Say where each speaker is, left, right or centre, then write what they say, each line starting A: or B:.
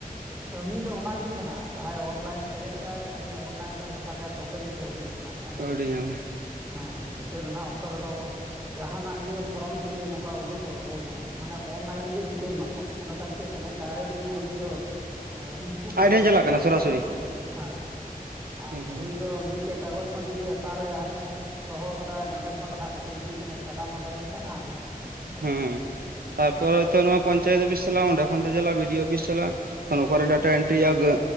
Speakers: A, on the right; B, on the right.
A: ᱠᱟᱹᱢᱤ ᱫᱚ ᱚᱱᱟᱜᱤ ᱠᱟᱱᱟ ᱡᱟᱦᱟᱸᱭ ᱚᱯᱞᱟᱭᱤᱱ ᱯᱮᱨᱮᱡ ᱫᱟᱭ ᱩᱱᱤ ᱚᱱᱞᱟᱭᱤᱱ ᱨᱮ ᱨᱟᱠᱟᱵ ᱠᱟᱭ ᱛᱚᱵᱮ ᱜᱤ ᱠᱟᱹᱣᱰᱤ ᱧᱟᱢᱟᱭ, ᱟᱫᱚ
B: ᱠᱟᱹᱣᱰᱤ ᱧᱟᱢᱟ
A: ᱦᱮᱸ ᱱᱤᱛᱚᱜ ᱨᱮᱱᱟᱜ ᱚᱠᱛᱚ ᱨᱮᱫᱚ ᱡᱟᱦᱟᱸᱱᱟᱜ ᱜᱤ ᱯᱷᱚᱨᱚᱢ ᱡᱩᱫᱤ ᱱᱚᱝᱠᱟ ᱩᱰᱩᱠᱚᱜᱼᱟ ᱜᱚᱵᱷᱢᱮᱱᱴ ᱢᱟᱱᱮ ᱚᱱᱞᱟᱭᱤᱱ ᱜᱤ ᱨᱤᱠᱟᱹᱭ ᱢᱟᱵᱚᱱ᱾ ᱚᱸᱰᱮ ᱠᱷᱟᱱ ᱪᱮᱫ ᱠᱟᱱᱟ ᱰᱟᱭᱨᱮᱠᱴ ᱜᱮ ᱩᱱᱤ ᱫᱚ ᱤᱱᱯᱩᱴ
B: ᱟᱡ
A: ᱩᱛᱟᱹᱨᱚᱜᱼᱟᱭ
B: ᱴᱷᱮᱱ ᱪᱟᱞᱟᱜ
A: ᱯᱩᱨᱟᱹ
B: ᱠᱟᱱᱟ ᱥᱚᱨᱟᱥᱚᱨᱤ
A: ᱜᱮ᱾ ᱦᱮᱸ ᱟᱨ
B: ᱮᱠᱵᱟᱨᱮ
A: ᱱᱩᱭ ᱫᱚ ᱢᱤᱫᱴᱮᱡ ᱠᱟᱜᱚᱡᱽ ᱦᱚᱸ ᱡᱩᱫᱤ ᱚᱠᱟᱨᱮ ᱦᱟᱸᱱᱮ ᱫᱚᱦᱚ ᱠᱟᱫᱟᱭ ᱱᱚᱸᱰᱮ ᱠᱷᱚᱱ ᱨᱟᱠᱟᱵ ᱠᱟᱛᱮᱜ ᱤᱫᱤᱭᱮ ᱠᱟᱱᱟᱭ ᱪᱷᱟᱰᱟ ᱢᱟᱰᱟᱭᱮᱱ ᱠᱷᱟᱱ ᱦᱟᱸᱱᱮ ᱵᱟᱢ ᱧᱟᱢᱟ <unintelligible>
B: ᱦᱮᱸ
A: ᱵᱟᱥ
B: ᱛᱟᱨᱯᱚᱨ ᱦᱚᱭᱛᱳ ᱱᱚᱣᱟ ᱯᱚᱧᱪᱟᱭᱮᱛ ᱚᱯᱷᱤᱥ ᱪᱟᱞᱟᱜᱼᱟ, ᱚᱸᱰᱮ ᱠᱷᱚᱱ ᱪᱟᱞᱟᱜ ᱵᱤ ᱰᱤ ᱭᱳ ᱚᱯᱷᱤᱥ ᱪᱟᱞᱟᱜᱼᱟ, ᱮᱠᱷᱚᱱ ᱚᱠᱟᱨᱮ ᱰᱟᱴᱟᱭ ᱮᱴᱨᱤᱭᱟᱭ ᱜᱟᱹ